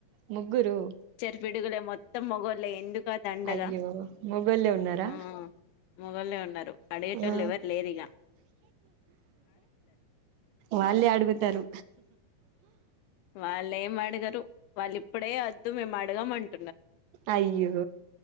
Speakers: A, on the right; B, on the left.
A: ముగ్గురు
B: చిచ్చర పడుగులే మొత్తం మొగోళ్ళే ఎందుక దండగా
A: అయ్యో మొగోళ్ళే ఉన్నారా
B: ఉ మొగోళ్ళే ఉన్నారు అడిగేటోళ్ళు
A: ఆ
B: ఎవరు లేరు ఇగా
A: వాళ్ళే అడుగుతారు
B: వాళ్లు ఏం అడగరు వాళ్ళు ఇప్పుడే వద్దు మేము అడగమంట
A: అయ్యో